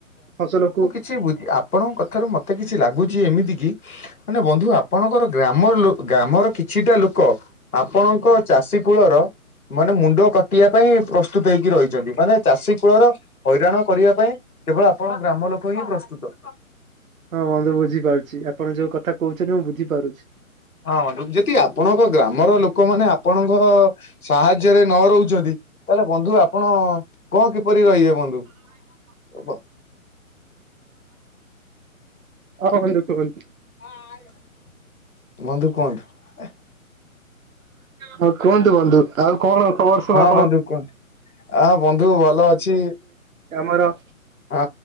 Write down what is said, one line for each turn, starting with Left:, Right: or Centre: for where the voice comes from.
Right: ଫସଲକୁୁ
Left: ଛି ବୁଦି ଆପଣଙ୍କ କଥାରୁ ମୋତେ କିଛି ଲାଗୁଚି ଏମିତି କି ମାନେ ବନ୍ଧୁ ଆପଣଙ୍କର ଗ୍ରାମର ଲୋ ଗ୍ରାମର କିଛିଟା ଲୋକ ଆପଣଙ୍କ ଚାଷୀ କୂଳର ମାନେ ମୁଣ୍ଡ କଟିବା ପାଇଁ ପ୍ରସ୍ତୁତ ହେଇକି ରହିଚନ୍ତି ମାନେ ଚାଷୀ କୂଳର ହଇରାଣ କରିବା ପାଇଁ କେବଳ ଆପଣ ଗ୍ରାମ ଲୋକ ହିଁ ପ୍ରସ୍ତୁତ।
Right: ହଁ ବନ୍ଧୁ ବୁଝି ପାରୁଛି ଆପଣ ଯୋଉ କଥା କୋହୁଛନି ମୁଁ ବୁଝିପାରୁଛି।
Left: ହଁ ବନ୍ଧୁ ଯେତି ଆପଣଙ୍କ ଗ୍ରାମର ଲୋକମାନେ ଆପଣଙ୍କ ସାହାଯ୍ୟରେ ନ ରହୁଚନ୍ତି ତାହେଲେ ବନ୍ଧୁ ଆପଣ କଁ କିପରି ରହିବେ ବନ୍ଧୁ? ଏ ପା
Right: ଆ ଭାଇ ରଖେବନ୍
Left: ହଁ ଆଇ ଆଇ। ବନ୍ଧୁ କୁହନ୍ତୁ
Right: ହଁ କୁହନ୍ତୁ ବନ୍ଧୁ ଆଉ କଣ ଖବର ସବୁ
Left: ହଁ
Right: ଆପଣ
Left: ବନ୍ଧୁ କୁଅନ୍ତୁ ଆ ବନ୍ଧୁ ଭଲ ଅଛି।
Right: କାମର
Left: ହଁ